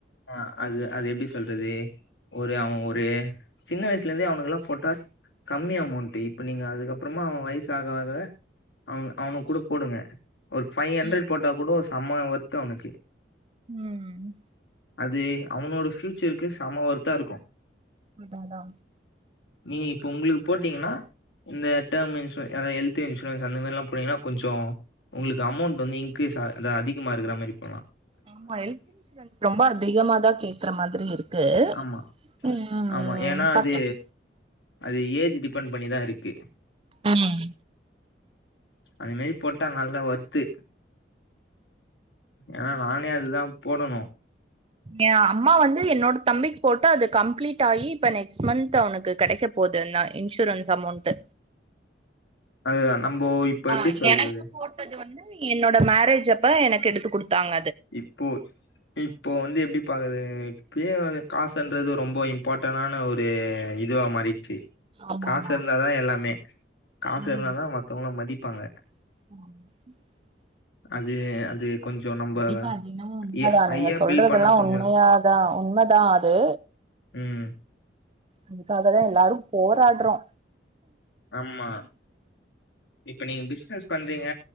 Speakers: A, on the left; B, on the right.
A: ஆ அது அது எப்டி சொல்றது ஒரு அவ ஒரு சின்ன வயசுலேந்தே அவனுக்லா ஃபோட்டா கம்மி அமௌண்ட்டு இப்ப நீங்க அதுக்கப்றமா அவ வைசாக ஆகவே அவ அவனுக் கூட போடுங்க ஒரு ஃபை ஹண்ட்ரட்
B: ம்
A: போட்டா கூட சம்ம ஒர்த் அவனுக்கு
B: ம்
A: அது அவனோட ஃப்யூச்சருக்கு செம ஓர்த்தா இருக்கு
B: அதா அதா
A: நீ இப் போ உங்களுக்கு போட்டீங்கன்னா இந்த டேம் இன்சூர் அதா எல்த் இன்சூரன்ஸ் அந்த மாரில்லா போனீங்கன்னா கொஞ்சொ உங்களுக்கு அமௌண்ட் வந்து இன்க்கிரீஸ் ஆ அந்த அதிகமா இருக்குற மாரி போட்லா
B: ஆமா ஹெல்த் இன்சூரன்ஸ் ரொம்ப அதிகமாதா கேக்குற மாதிரி இருக்கு
A: ஆமா
B: ம்
A: ஆமா ஏன்னா
B: பாக்லாம்
A: அது அது ஏஜ் டிபெண்ட் பண்ணிதா இருக்கு
B: ம்
A: அந் மேறி போட்டா நல்லா ஒர்த்து ஏன்னா நானே அதுதா போடணு
B: ஏ அம்மா வந்து என்னோட தம்பிக்கு போட்டு அது கம்ப்ளீட்டாயி இப்ப நெக்ஸ்ட் மந்த் அவனுக்கு கெடைக்க போதுந்தா இன்சூரன்ஸ் அமௌண்ட்டு
A: அது நம்போ இப்போ
B: ஆ
A: எப்டி சொல்றது
B: எனக்கு போட்டது வந்து என்னோட மேரேஜ் ஜப்ப எனக்கு எடுத்து குடுத்தாங்
A: இப்போ இப்போ இப்ப வந்து எப்டி பாக்கது இப்பயே காசுன்றது ரொம்ப இம்பார்ட்டனான ஒரு இதுவா மாறி ச்சு
B: ஆமா
A: காசு
B: ஆமா
A: இருந்தாதா எல்லாமே காசு
B: ம்
A: இருந்தாதா மத்தவங்ளா மதிப் பாங்க
B: <inaudible>
A: அது அது கொஞ்சோ நம்ப
B: கண்டிப்பா அதென்னமோ உண்மதா
A: ஏ ஹையா
B: நீங்க சொல்றதெல்லா
A: பில் பண்ணா கொஞ்சோ
B: உண்மையாதா உண்மதா அது
A: ம்
B: அதுக்காகதா எல்லாரு போராடறோ
A: ஆம்மா இப்ப நீங்க பிஸ்னஸ் பண்றிங்க